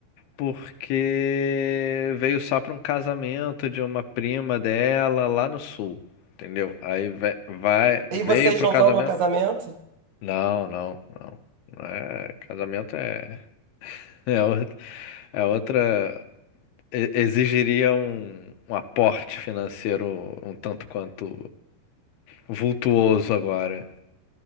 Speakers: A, on the left; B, on the right.
A: porque veio só para um casamento de uma prima dela lá no sul, entendeu? Aí ve- vai,
B: E
A: veio
B: vocês
A: pro
B: não
A: casamento.
B: vão no casamento?
A: Não, não, não. Não É, casamento é, <laughs> é, outra, é outra. e- Exigiria um, um aporte financeiro um tanto quanto vultuoso agora.